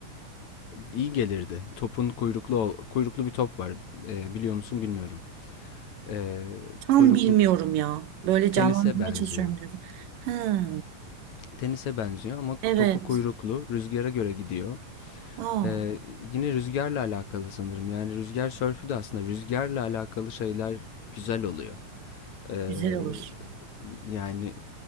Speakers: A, on the left; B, on the right.
A: iyi gelirdi. Topun kuyruklu kuyruklu bir top var. E, biliyor musun bilmiyorum. E,
B: Tam
A: kuyruklu
B: bilmiyorum ya. Böyle
A: tenise
B: canlandırmaya
A: benziyor.
B: çalışıyorum gözüm. Ha,
A: Tenise benziyor ama
B: evet.
A: topu kuyruklu, rüzgara göre gidiyor
B: Aa,
A: Ee, yine rüzgarla alakalı sanırım. Yani rüzgar sörfü de aslında rüzgarla alakalı şeyler güzel oluyor. Ee,
B: güzel olur.
A: yani